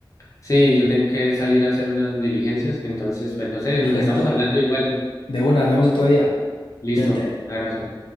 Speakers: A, on the left; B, on the left.
A: sí, yo tengo que salir a hacer unas diligencias, entonces, pues no sé,
B: Perfecto.
A: nos estamos hablando igual.
B: De una, hablamos otro día.
A: Listo,
B: Cuídate.
A: abrazo.